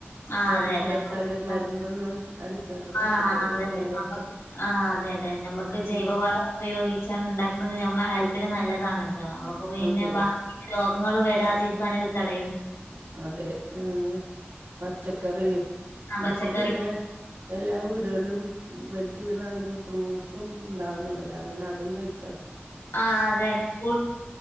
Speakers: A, on the left; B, on the right.
A: ആ
B: കാരണം
A: അതെ അതെ
B: എന്താ വെച്ചാല്
A: പ
B: മരുന്നൊന്നും അടിക്കാത്ത പച്ചക്കറി
A: ആഹ അതന്നെ
B: കഴിക്കാലോ
A: ആ അതെ അതെ നമ്മക്ക് ജൈവ
B: ഉം
A: വള ഉപയോഗിച്ചാണ് ഉണ്ടാക്കുന്നത് നമ്മള ആ ഹെൽത്തിന് നല്ലതാണല്ലോ നമുക്ക് പിന്നെ
B: അതെ
A: രോഗങ്ങള്ൾ വരാതിരിക്കാൻ ഇത് തടയും
B: അതെ ഉം പച്ചക്കറി
A: ആ പച്ചക്കറി
B: ഇപ്പൊ പിന്നെ എല്ലാ വീടുകളിലും വെഡ് ചെയ്തുന്നാണെങ്കിലും ഫ്രൂട്ട്സും ഉണ്ടാവുന്നുണ്ടല്ലോ അങ്ങനെ അതും കഴിക്കാ
A: ആ് അതെ അതെ കൂ